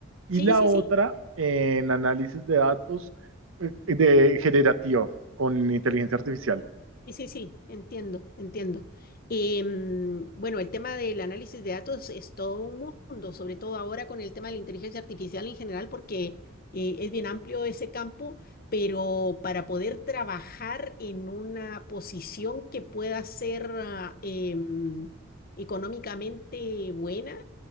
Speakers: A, on the right (about 75°); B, on the left (about 45°).
A: y
B: Sí,
A: la
B: sí,
A: otra
B: sí.
A: en análisis de datos eh, de generativo con inteligencia artificial.
B: Sí, sí, sí, entiendo, entiendo. Em, bueno, el tema del análisis de datos es todo un mundo, sobre todo ahora con el tema de la inteligencia artificial en general, porque eh, es bien amplio ese campo, pero para poder trabajar en una posición que pueda ser ah, em, económicamente buena,